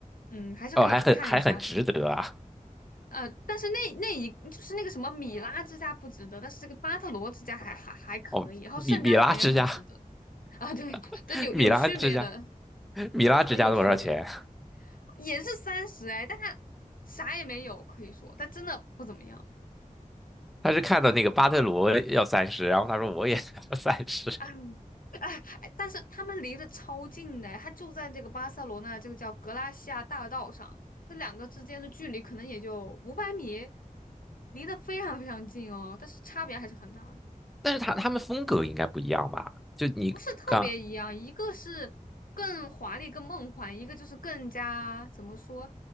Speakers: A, on the left; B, in the centre.
A: 嗯，还是可以去看一下的，
B: 哦，还很还很值得啊！
A: 呃，但是那那一就是那个什么米拉之家不值得，但是这个巴特罗之家还还还可以，
B: 哦，
A: 然后圣家堂也很值得。
B: 米米拉之家，
A: <laughs> 啊，对，
B: <laughs>
A: 这有有区别的，
B: 米拉之家。<laughs> 米拉只加了多少钱？
A: 有很有区别，也是三十哎，但他啥也没有，可以说他真的不怎么样。
B: 他是看到那个巴特罗要三十，然后他说我也要三十，
A: 哎哎，哎但是他们离得超近的，他就在这个巴塞罗那这个叫格拉西亚大道上，这两个之间的距离可能也就五百米，离得非常非常近哦，但是差别还是很大的。
B: 但是他他们风格应该不一样吧？就你刚
A: 不是特别一样，一个是更华丽、更梦幻，一个就是更加怎么说，